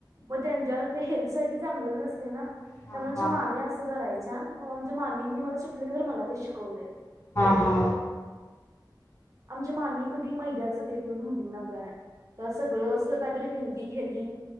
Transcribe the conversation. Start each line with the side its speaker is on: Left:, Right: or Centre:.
Right: मग त्यांच्या ते हेल्थ साठी चांगलं नसते ना
Left: हा
Right: त्यामुळे
Left: हा हा
Right: मामी असं करायच अच् आमच्या मामींनी मला सुटले की तर मला ते शिकवले
Left: हां
Right: आमच्या मामी कधी मैद्याच देत म्ह मुली न कर तर सगळं असं काहीतरी हेल्दी हेल्दी